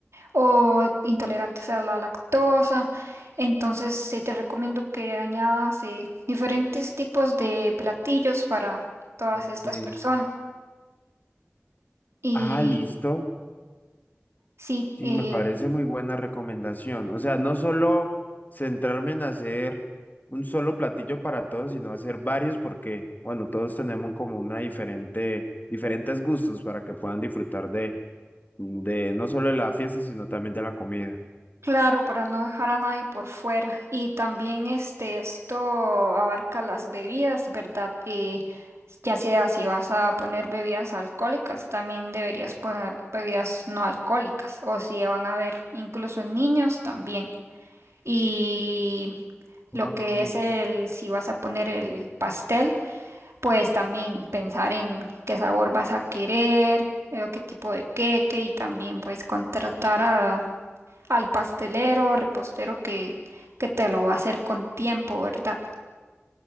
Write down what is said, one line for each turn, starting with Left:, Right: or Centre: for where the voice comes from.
Right: o intolerantes a la lactosa. Entonces, sí te recomiendo que añadas eh, diferentes tipos de platillos para todas
Left: ok.
Right: estas personas. Y
Left: Ah, listo.
Right: sí,
Left: Sí,
Right: eh,
Left: me parece muy buena recomendación. O sea, no solo centrarme en hacer un solo platillo para todos, sino hacer varios porque, bueno, todos tenemos como una diferente, diferentes gustos para que puedan disfrutar de, de no solo de la fiesta, sino también de la comida.
Right: claro, para no dejar a nadie por fuera. Y también este, esto abarca las bebidas, ¿verdad? Eh, ya sea si vas a poner bebidas alcohólicas, también deberías poner bebidas no alcohólicas. O si van a haber incluso niños también. Y
Left: Ok.
Right: lo que es el, si vas a poner el pastel, pues también pensar en qué sabor vas a querer, eh, o qué tipo de queque y también pues contratar a, al pastelero o repostero que, que te lo va a hacer con tiempo, ¿verdad?